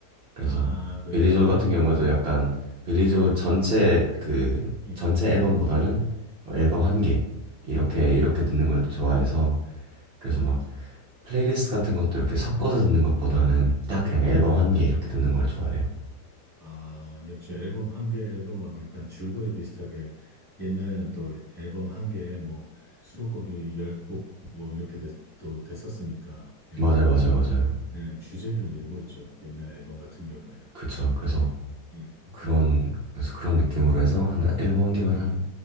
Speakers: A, on the right; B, in the centre.
A: 그래서
B: 아, 그러니까
A: 빌리 조엘
B: 한,
A: 같은 경우에도
B: 이제,
A: 약간 빌리 조엘
B: 네,
A: 전체 그
B: 네,
A: 전체 앨범보다는 뭐 앨범
B: 네.
A: 한 개 이렇게 이렇게 듣는
B: 음,
A: 걸 좋아해서 그래서
B: 어, 어.
A: 막 플레이리스트 같은 것도 이렇게 섞어서 듣는 것보다는 딱 그냥 앨범
B: 네.
A: 한 개 이렇게 듣는 걸 좋아해요.
B: 아, 역시 앨범 한 개로 막 약간 줄거리 비슷하게 옛날에는 또 앨범 한 개에 뭐 수록곡이 열 곡 뭐 이렇게 됐, 또 됐었으니까 약간
A: 맞아요, 맞아요, 맞아요.
B: 네, 주제를 이루고 있죠. 옛날 앨범 같은 경우에는.
A: 그쵸. 그래서
B: 예,
A: 그런
B: 네.
A: 그래서 그런 느낌으로 해서 한 앨범 한 개만
B: 음,
A: 한